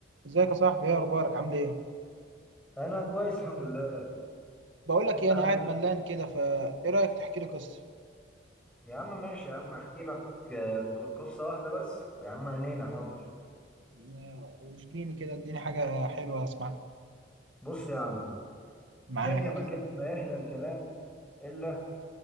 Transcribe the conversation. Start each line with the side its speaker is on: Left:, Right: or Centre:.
Right: ازيك يا صاحبي ايه اخبارك عامل ايه
Centre: انا كويس الحمد لله
Right: بقول لك
Centre: انت
Right: ايه
Centre: عامل
Right: انا قاعد
Centre: ايه
Right: ملان كده فايه رايك تحكي لي قصه
Centre: يا عم ماشي يا عم احكي لك آه، ق- قصه واحده بس يا عم عينينا حاضر
Right: آه، اشجيني كده اديني حاجه حلوه اسمعها
Centre: بص يا عم
Right: معاك
Centre: كان يا مكان ما يحلى الكلام الا